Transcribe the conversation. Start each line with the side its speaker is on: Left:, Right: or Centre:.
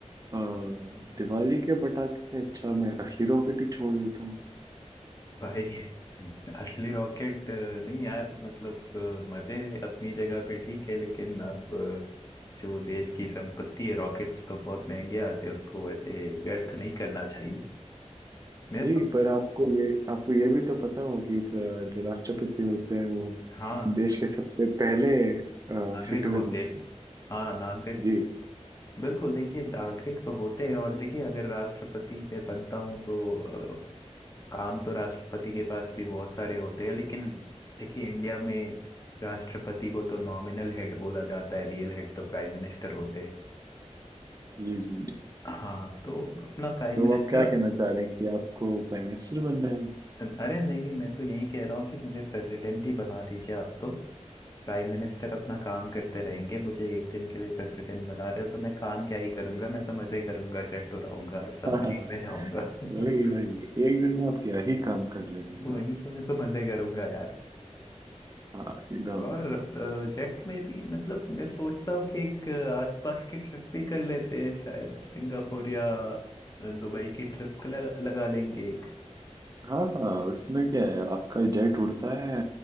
Right: आ, दिवाली के पटाखे से अच्छा मैं असली रॉकेट ही छोड़ देता हूँ
Left: भाई असली रॉकेट नहीं यार मतलब अ, मजे अपनी जगह पे ठीक है लेकिन अब अ, जो देश की संपत्ति है रॉकेट्स तो बहुत महंगे आते हैं उसको ऐसे व्यर्थ नहीं करना चाहिए मैं
Right: जी
Left: तो
Right: पर आपको ये आपको ये भी तो पता होगा कि अ, जो राष्ट्रपति होते हैं वो
Left: हाँ
Right: देश के सबसे पहले
Left: नागरिक
Right: सिटीजन
Left: होते
Right: होते हैं
Left: हाँ नागरिक
Right: जी
Left: बिल्कुल देखिए नागरिक तो होते हैं और देखिए अगर राष्ट्रपति मैं बनता हूँ तो अ, काम तो राष्ट्रपति के पास भी बहुत सारे होते हैं लेकिन देखिए इंडिया में राष्ट्रपति को तो नॉमिनल हेड बोला जाता है रियल हेड तो प्राइम मिनिस्टर होते हैं
Right: जी जी
Left: हाँ तो अपना प्राइम
Right: तो
Left: मिनिस्टर
Right: आप क्या कहना चाह रहे हैं कि आपको प्राइम मिनिस्टर बनना है
Left: अरे नहीं नहीं मैं तो यही कह रहा हूँ कि मुझे प्रेसिडेंट ही बना दीजिए आप तो प्राइम मिनिस्टर अपना काम करते रहेंगे मुझे एक दिन के लिए प्रेसिडेंट बना रहे हो तो मैं काम क्या ही करूंगा मैं तो मजे करूंगा जेट उड़ाऊंगा
Right: <laughs>
Left: सबमरीन
Right: हाँ
Left: में जाऊंगा <laughs>
Right: वही वही एक दिन में आप क्या ही काम कर लेंगे
Left: वही
Right: ना
Left: तो मैं तो मजे करूंगा यार
Right: हाँ एकदम
Left: और जेट में भी मतलब मैं सोच रहा हूँ कि एक अ, आसपास की ट्रिप भी कर लेते हैं शायद सिंगापुर या अ, दुबई की ट्रिप लगा, लगा लेंगे एक
Right: हाँ हाँ उसमें क्या है आपका जेट उड़ता है